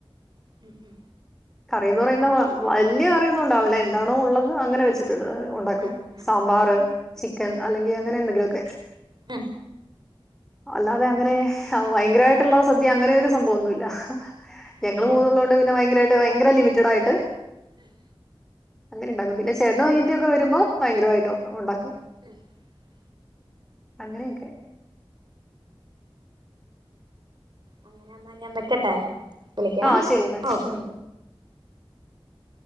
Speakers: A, on the right (about 50°); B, in the centre.
A: ഉം ഉം
B: കറിന്ന് പറയുന്ന വല്യ കറിയൊന്നും ഉണ്ടാവില്ല എന്താണോ ഉള്ളത് <unintelligible> ഒണ്ടാക്കും
A: ഉം ഉം
B: സാമ്പാറ് ചിക്കൻ അല്ലെങ്കിൽ അങ്ങനെ എ ഇതൊക്കെ <unintelligible>
A: മം
B: അല്ലാതെ അങ്ങനെ ഒ ഭയങ്കരായിട്ടുള്ള സദ്യ അങ്ങനെ രു സംഭവൊന്നുമല്ല ഞങ്ങള്
A: ഓ ഓ
B: മൂന്നൂള്ള കൊണ്ട് പിന്നെ ഭയങ്കരാ <unintelligible> <unintelligible> ഭയങ്കര ലിമിറ്റഡ് ആയിട്ട്
A: മം
B: അങ്ങനെ എണ്ടാക്കും പിന്നെ ചേട്ടനോ അനിയത്തിയൊക്കെ വരുമ്പോ ഭയങ്കരമായിട്ട് ഒണ്ടാക്കും
A: <inaudible>
B: അങ്ങനെയൊക്കെ
A: അങ്ങനെന്നാ ഞാൻ വെക്കട്ടെ വിളിക്കാം
B: ആ ശരി മതി
A: ഓക്കെ
B: ഉം